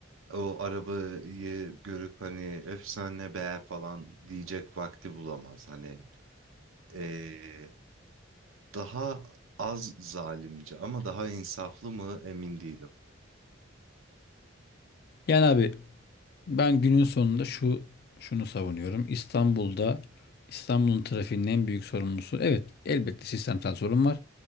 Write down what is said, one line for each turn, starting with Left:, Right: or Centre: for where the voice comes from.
Right: o arabayı görüp hani efsane beğer falan diyecek vakti bulamaz. Hani eee, Daha az zalimce ama daha insaflı mı emin değilim.
Left: Yani abi Ben günün sonunda şu şunu savunuyorum. İstanbul'da İstanbul'un trafiğinin en büyük sorumlusu evet elbette sistemsel sorun var